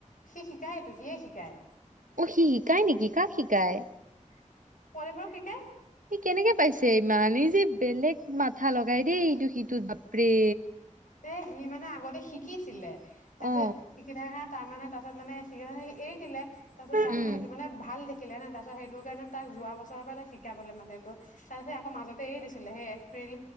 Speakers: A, on the left; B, on the right.
A: সি শিকায় তো সিয়ে শিকায়।
B: অ' সি শিকায় নেকি কাক শিকায়?
A: ছোৱালী বোৰক শিকাই।
B: সি কেনেকে পাইছে ইমান এই যে। বেলেগ মাথা লগাই। এইটো সিটোত বাপৰে।
A: এ সি মানে আগতে শিকিছিলে। তাৰ
B: অ
A: পিছত শিকি থাকা কাম তাৰ মানে তাৰাছত মানে সি এই তাৰ পিছত তাৰ
B: উম
A: মানে সেইটো মানে ভাল দেখিলে শিকিলে ন' তাৰপাছত সেইটো কাৰণে তাক যোৱা বছৰৰ পৰা তাক শিকা পেললে মাতেটো তাৰপাছত আকৌ মাজতে এই দিছিলে সেই এপ্ৰিল